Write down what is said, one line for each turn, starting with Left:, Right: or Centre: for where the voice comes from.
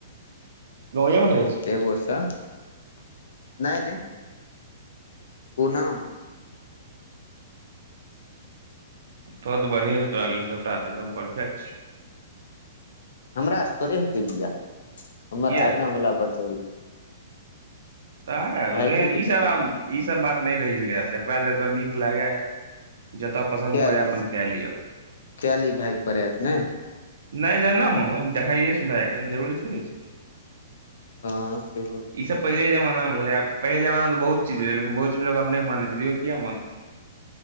Right: गाँवे मे रहै छैय
Left: एगो से नहि नहि पूना
Right: तोरो तऽ बढ़िये छौ तोरा लेल सबटा तऽ एकदम परफेक्ट
Left: हमरा सऽ थोड़े हेतै बियाह हमर
Right: किया
Left: आगाँ वला बचल
Right: तऽ हौ
Left: भायजी
Right: फेर ई सब आब ई सब बात नहि रहि गेलै आब जकरा जतय नीक लागय जतय पसंद
Left: कैली
Right: पड़य अपन कय लियऽ
Left: कैली भायग पड़ैक ने
Right: नहि जेना मन होइन देखाइये सुनाय एखन जरूरी थोड़े छैय
Left: हँ सेहो छैय
Right: ई सब पहले जमाना रहै पहिल जमाना मे तऽ बहुत चीज रहैय लेकिन बहुत चीज मे आब लोक नहि मानै छैय तऽ इहो किये मानतै